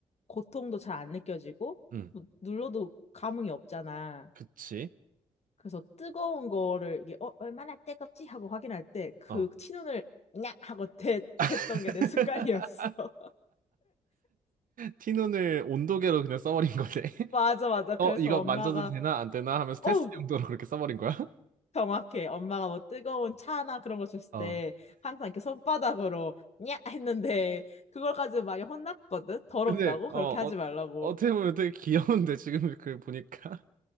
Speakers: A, on the left; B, on the right.
A: 고통도 잘 안 느껴지고
B: 응.
A: 뭐 눌러도 감흥이 없잖아.
B: 그치?
A: 그래서 뜨거운 거를 이게 어, 얼마나 뜨겁지 하고 확인할 때 그
B: 어.
A: 티눈을 냐 하고 댔,
B: <laughs>
A: 댔던 게 내 습관이었어. <laughs>
B: 티눈을 온도계로 그냥 써버린 거네. <laughs>
A: 맞아, 맞아. 그래서
B: 어, 이거
A: 엄마가
B: 만져도 되나 안 되나 하면서 테스트
A: 어!
B: 용도로 그렇게 써버린 거야? <laughs>
A: 정확해. 엄마가 뭐 뜨거운 차나 그런 거 줬을
B: 어.
A: 때 항상 이렇게 손바닥으로 냐 했는데 그걸 가지고 많이 혼났거든. 더럽다고
B: 근데
A: 그렇게
B: 어, 어
A: 하지 말라고.
B: 어떻게 보면 되게 귀여운데 지금 그 보니까.